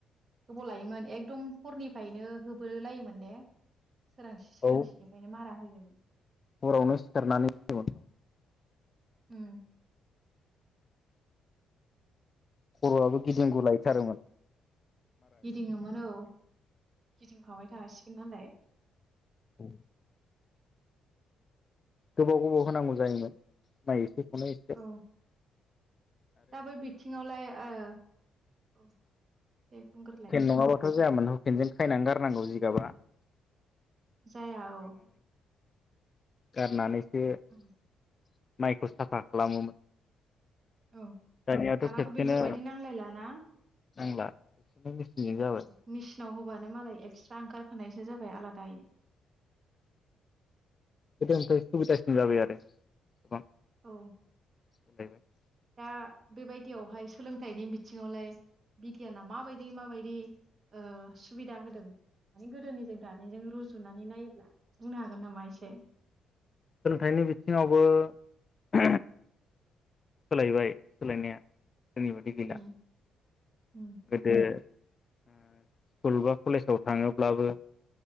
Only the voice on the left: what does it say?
औ
हरावनो सिखारनानै <unintelligible>
खर'आबो गिदिंगु लायथारोमोन
औ गोबाव गोबाव होनांगौ जायोमोन माइ इसे खौनो इसे
नङाबाथ' जायामोन ना।
गारनानै से
<inaudible> माइखौ साफा खालामोमोन।
दानियाथ'
खेबसेनो
नांला। मेचिनजों जाबाय
गोदोनिफ्राय सुबिदासिन जाबाय आरो गोबां।
<unintelligible>
सोलोंथाइनि बिथिङावबो <unintelligible> सोलायबाय सोलायनाया। जोंनिबायदि गैला
गोदो ओ स्कुल बा कलेजाव थाङोब्लाबो